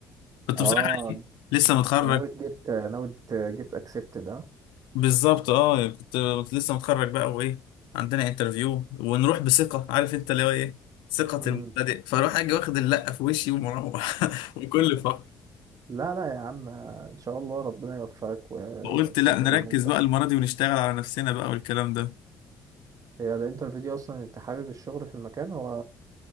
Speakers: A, on the left (about 70°); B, on the right (about 45°).
A: كنت
B: اه
A: بصراحة إيه
B: انت
A: لسه متخرج
B: ناوي جيت ناوي جيت اكسبتد اه
A: بالظبط اه كنت كنت لسه متخرج بقى وايه عندنا انترفيو ونروح بثقة عارف انت اللي هو ايه ثقة
B: امم
A: المبتدئ فاروح اجي واخد اللقة في وشي ومروح <laughs> بكل فرح
B: لا لا يا عم ان شاء الله ربنا يوفقك وتقدر
A: فقلت لا نركز
B: ان انت
A: بقى المرة دي ونشتغل على نفسنا بقى والكلام ده
B: هي الانترفيو دي اصلا انت حابب الشغل في المكان هو